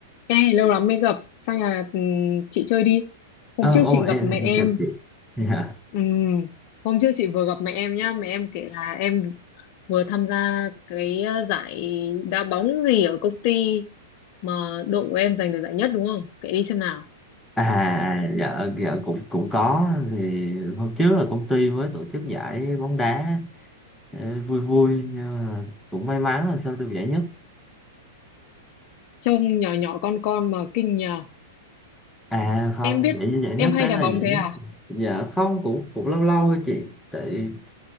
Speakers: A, on the left; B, in the centre.
A: Ê, lâu lắm mới gặp, sang nhà ừm, chị chơi đi. Hôm
B: ờ
A: trước
B: ô
A: chị
B: em
A: gặp mẹ
B: em
A: em,
B: chào chị dạ.
A: Ừm, hôm trước chị vừa gặp mẹ em nhá, mẹ em kể là em vừa tham gia cái ờ, giải đá bóng gì ở công ty mà đội của em giành được giải nhất đúng không? Kể đi xem nào.
B: à dạ dạ cũng cũng có thì hôm trước là công ty mới tổ chức giải bóng đá ờ, vui vui nhưng mà cũng may mắn là sao được giải nhất
A: Trông nhỏ nhỏ con con mà kinh nhờ.
B: à không
A: Em biết
B: giải giải nhất
A: em hay
B: đấy
A: đá
B: là
A: bóng
B: giải
A: thế
B: nhất
A: à?
B: dạ không cũng cũng lâu lâu thôi chị tại